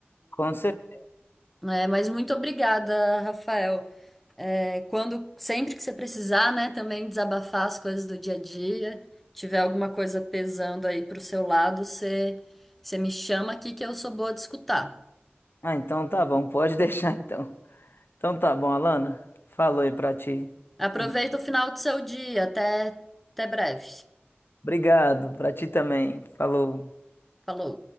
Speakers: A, on the left (about 60°); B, in the centre.
A: Com certeza.
B: É, mas muito obrigada, Rafael. É, quando, sempre que você precisar, né, também desabafar as coisas do dia a dia, tiver alguma coisa pesando aí pro seu lado, você, você me chama aqui que eu sou boa de escutar.
A: Ah, então tá bom, pode <laughs> deixar então. Então tá bom, Alana. Falou aí pra ti.
B: Aproveita
A: <laughs>
B: o final do seu dia, até, até breve.
A: Obrigado, pra ti também. Falou.
B: Falou.